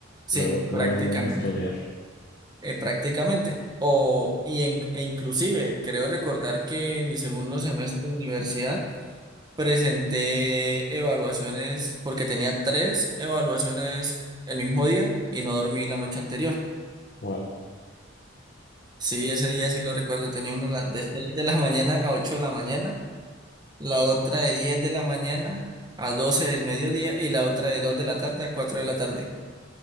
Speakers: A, on the right (about 20°); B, on the left (about 55°).
A: Sí,
B: luego, luego,
A: prácticamente.
B: luego estudiar.
A: Eh, prácticamente. O, y en- e inclusive, creo recordar que en mi segundo semestre de universidad presenté evaluaciones, porque tenía tres evaluaciones el mismo día y no dormí la noche anterior.
B: Wow,
A: Sí, ese día sí lo recuerdo, tenía una la- de 6 de la mañana a ocho de la mañana la otra de 10 de la mañana a 12 del mediodía y la otra de 2 de la tarde a cuatro de la tarde.